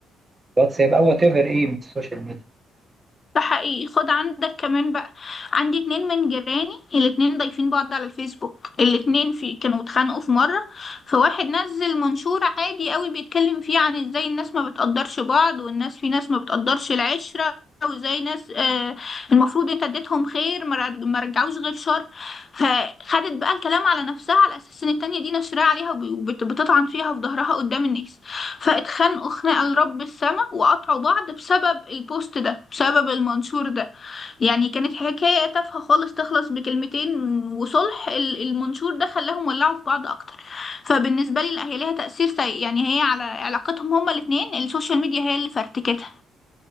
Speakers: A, on the right (about 25°); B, on the left (about 40°).
A: واتساب أو وات ايفر إيه من السوشيال ميديا
B: ده حقيقي خد عندك كمان بقى عندي اتنين من جيراني الاتنين ضايفين بعض على الفيسبوك الاتنين في كانوا اتخانقوا في مرة فواحد نزل منشور عادي قوي بيتكلم فيه عن ازاي الناس ما بتقدرش بعض والناس في ناس ما بتقدرش العشرة وازاي ناس آه المفروض انت اديتهم خير ما رج- ما رجعوش غير شر فخدت بقى الكلام على نفسها على اساس ان التانية دي نشرها عليها وبتطعن فيها في ظهرها قدام الناس فاتخانقوا خناقة لرب السماء وقطعوا بعض بسبب البوست ده بسبب المنشور ده يعني كانت حكاية تافهة خالص تخلص بكلمتين وصلح ال- المنشور ده خلاهم ولعوا في بعض أكتر فبالنسبة لي لا هي ليها تأثير سيء يعني هي على علاقتهم هما الاتنين السوشيال ميديا هي اللي فرتكتها